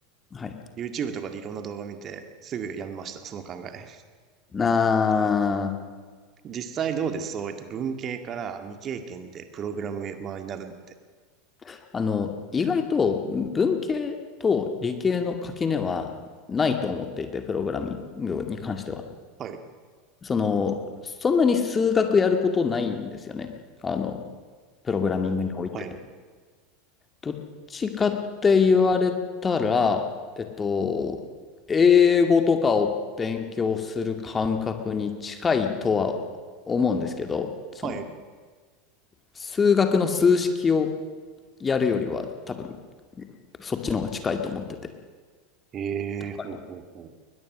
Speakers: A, on the left (about 20°); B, on the right (about 35°).
A: はい。
B: YouTube とかでいろんな動画見て、すぐやめました、その考え。
A: な
B: <laughs> 実際どうですそういった文系から未経験でプログラマーになるのって。
A: あ、あの、意外と文系と理系の垣根はないと思っていて、プログラミングに関しては。
B: はい。
A: その、そんなに数学やることないんですよね。あの、プログラミングにおいて。
B: ほうほう。はい。
A: どっちかって言われたら、えっと、英語とかを勉強する感覚に近いとは思うんですけど、その、
B: はい。
A: 数学の数式をやるよりは多分、そっちの方が近いと思ってて。
B: ええほうほうほう。
A: だから、